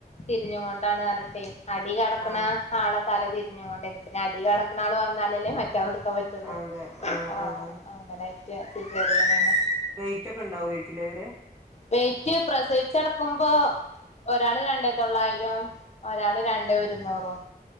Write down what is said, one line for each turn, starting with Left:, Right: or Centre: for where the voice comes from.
Left: തിരിഞ് കൊണ്ടാണ് പറന്നിട്ടെ അടി കിടക്കണ
Right: ആഹ്
Left: ആളെ തല തിരിഞ്ഞ കൊണ്ടന്നെ പിന്നെ അടി കടക്കണ ആള് വന്നാലല്ലേ മറ്റാളെ എടുക്കാൻ പറ്റുള്ളൂ
Right: അതെ ആഹ്
Left: ആ..
Right: ആഹ്
Left: ആ അങ്ങനെ ആയിട്ട് സിസേറിയൻന്ന്
Right: വെയിറ്റ് ഒക്കെ ഉണ്ടാവുമായിരിക്കില്ലേ അവര്
Left: വെറ്റ് പ്രസവിച്ചടക്കുമ്പോ ഒരാൾ രണ്ടേ തൊള്ളായിരം ഒരാള് രണ്ടേ ഒരുന്നൂറും